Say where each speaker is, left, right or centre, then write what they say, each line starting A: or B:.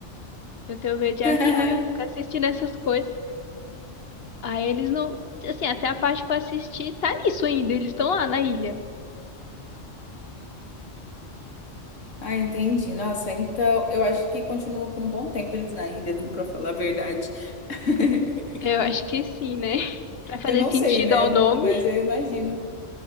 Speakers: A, on the left (about 55°); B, on the left (about 85°).
A: Eu tenho medo de
B: <laughs>
A: avião, aí eu fico assistindo essas coisas. Aí eles não. Assim, até a parte que eu assisti tá nisso ainda. Eles estão lá na ilha.
B: Ah, entendi. Nossa, então eu acho que continua por um bom tempo eles na ilha, viu? Pra falar a verdade. <laughs>
A: Eu acho que sim, né? <laughs> Pra fazer
B: Eu não
A: sentido
B: sei, né?
A: ao nome.
B: Mas eu imagino.